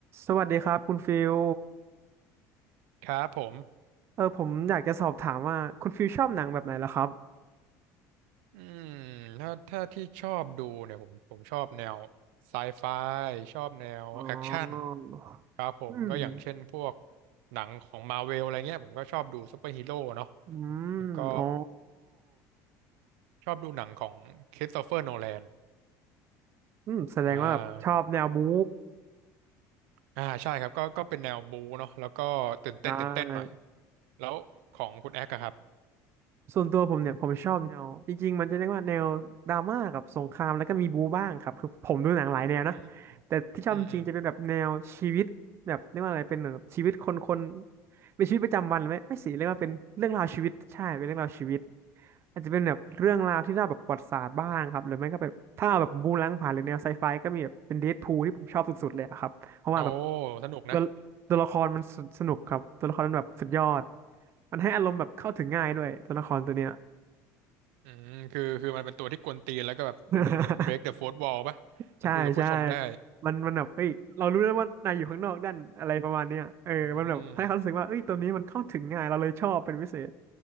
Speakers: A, on the right (about 35°); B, on the right (about 80°).
A: สวัสดีครับคุณฟิล
B: ครับผม
A: เออผมอยากจะสอบถามว่าคุณฟิลชอบหนังแบบไหนล่ะครับ
B: อืมถ้าถ้าที่ชอบดูเนี่ยผมผมชอบแนวไซไฟชอบแนวแอคชั่น
A: อ๋อ
B: ครับผมก็อย่างเช่นพวก
A: อืม
B: หนังของมาเวลอะไรเงี้ยผมก็ชอบดูซูเปอร์ฮีโร่เนาะ
A: อืมอ๋อ
B: แล้วก็ชอบดูหนังของคริสโตเฟอร์โนแลน
A: อืมแสดงว่าแบบชอบแนวบู๊
B: อ่าอ่าใช่ครับก็ก็เป็นแนวบูเนาะแล้วก็ตื่นเต้นตื่นเต้นหน่อย
A: ได้
B: แล้วของคุณแอคอะครับ
A: ส่วนตัวผมเนี่ยผมชอบแนวจริงๆมันจะเรียกว่าแนวดราม่ากับสงครามแล้วก็มีบูบ้างครับคือผมดูหนังหลายแนวนะ
B: อืม
A: แต่ที่ชอบจริงๆจะเป็นแบบแนวชีวิตแบบเรียกว่าอะไรเป็นเหมือนแบบชีวิตคนคน
B: อืมอืม
A: เป็นชีวิตประจำวันไหมไม่สิเรียกว่าเป็นเรื่องราวชีวิตใช่เป็นเรื่องราวชีวิตอาจจะเป็นแบบเรื่องราวที่เล่าแบบประวัติศาสตร์บ้างครับหรือไม่ก็แบบถ้าเอาแบบบู๊ล้างผ่านหรือแนวไซไฟก็มีแบบเป็นเดดพูลที่ผมชอบสุดๆเลยอะครับ เพราะว่าแบบ
B: โอ้สนุกนะ
A: ตัวตัวละครมันสสนุกครับตัวละครมันแบบสุดยอดมันให้อารมณ์แบบเข้าถึงง่ายด้วยตัวละครตัวเนี้ย
B: อืมคือคือมันเป็นตัวที่กวนตีนแล้วก็แบบเหมือนมัน
A: <laughs>
B: break the fourth wall ป่ะมันคุยกับผู้ชมได้
A: ใช่ใช่มันมันแบบเอ้ยเรารู้แล้วว่านายอยู่ข้างนอกด้านอะไรประมาณเนี้ยเออมันแบบให้เขารู้สึกว่าเอ้ยตัวนี้มันเข้าถึงง่ายเราเลยชอบเป็นพิเศษ
B: อืม